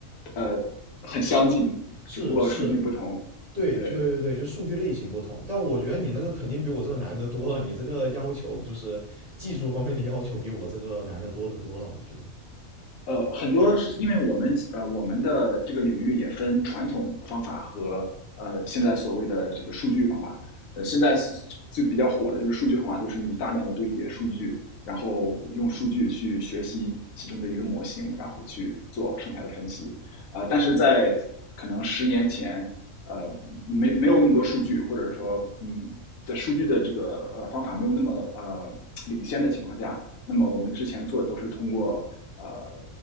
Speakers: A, on the left (about 80°); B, on the right (about 40°).
A: 呃很相近，
B: 是是，
A: 只不过数据不同。
B: 对，
A: 对，
B: 就对对对，就数据类型不同，但我觉得你那个肯定比我这个难的多了，你这个要求就是技术方面的要求比我这个难的多得多了，我觉得。
A: 呃，很多是因为我们呃我们的这个领域也分传统方法和呃现在所谓的这个数据方法。呃，现在是最比较火的就是数据方法，就是你大量的堆叠数据，然后用数据去学习其中的一个模型，然后去做剩下的分析。呃，但是在可能十年前，呃，没没有那么多数据，或者说嗯，在数据的这个呃方法没有那么呃领先的情况下，那么我们之前做的都是通过呃